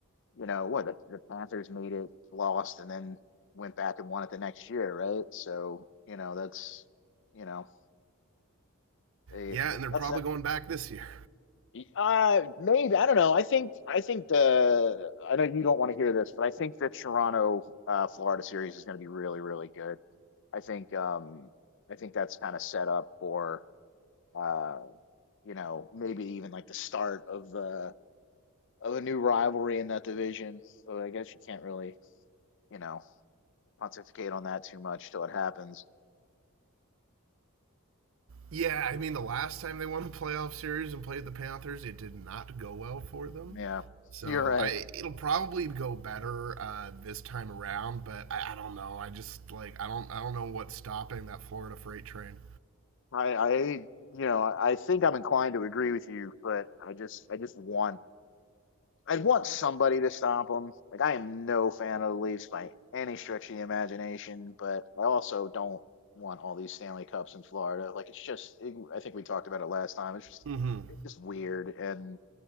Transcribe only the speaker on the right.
Yeah, and they're
probably
going back this year.
Yeah, I mean, the last time they won a playoff series and played the Panthers, it did not go well for them.
So
I, it'll probably go better uh, this time around, but I, I don't know. I just like I don't I don't know what's stopping that Florida freight train.
Mm-hmm.